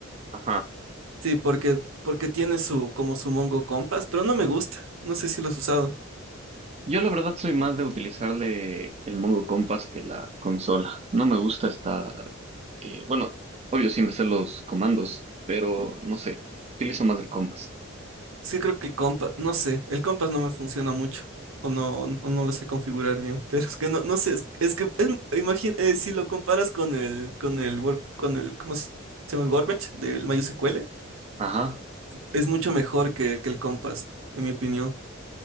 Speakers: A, on the right; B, on the right.
A: Ajá.
B: Sí, porque, porque tiene su, como su Mongo Compass, pero no me gusta, no sé si lo has usado.
A: Yo la verdad soy más de utilizarle el Mongo Compass que la consola. No me gusta estar... eh, bueno, obvio sí me sé los comandos, pero no sé, utilizo más el Compass.
B: Sí, creo que el compa, no sé, el compás no me funciona mucho, o no, o no lo sé configurar bien, <laughs> pero es que no, no sé, es, es que, es, imagina, eh, si lo comparas con el, con el, Word- con el, ¿cómo se llama? El Workbench del MySQL,
A: Ajá.
B: es mucho mejor que, que el compás, en mi opinión.